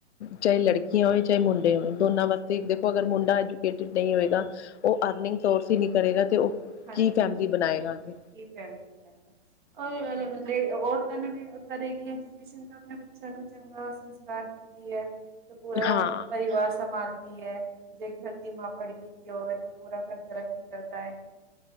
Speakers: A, on the left; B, on the right.
A: ਚਾਹੇ ਲੜਕੀਆਂ ਹੋਏ ਚਾਹੇ ਮੁੰਡੇ ਹੋਨ, ਦੋਨਾਂ ਵਾਸਤੇ
B: ਹਮ।
A: ਦੇਖੋ ਅਗਰ ਮੁੰਡਾ ਐਜੂਕੇਟਿਡ ਨਹੀਂ ਹੋਏਗਾ। ਉਹ
B: ਦੋਨਾਂ
A: ਅਰਨਿੰਗ
B: ਹਮ।
A: ਸੌਰਸ ਈ ਕਰੇਗਾ ਤੇ ਉਹ
B: ਹਾਂਜੀ
A: ਕੀ ਫੈਮਲੀ
B: ਹਾਂਜੀ
A: ਬਣਾਏਗਾ ਅਗੇ।
B: ਕੀ <unintelligible> ਔਰਤਾਂ ਨੂੰ ਲ ਕਰੇਗੀ ਐਜੂਕੇਸ਼ਨ ਤਾਂ ਆਪਣੇ ਬੱਚਿਆਂ ਨੂੰ ਚੰਗਾ ਸੰਸਕਾਰ ਦਿੱਤੀ ਐ। ਤੇ ਪੂਰਾ
A: ਹਾਂ
B: ਪਰਿਵਾਰ ਸੰਭਾਲਦੀ ਐ। ਜੇ ਘਰ ਦੀ ਮਾ ਪੜੀ-ਲਿਖੀ ਹੋਵੇ ਤਾਂ ਪੂਰਾ ਘਰ ਤਰੱਕੀ ਕਰਦਾ ਐ।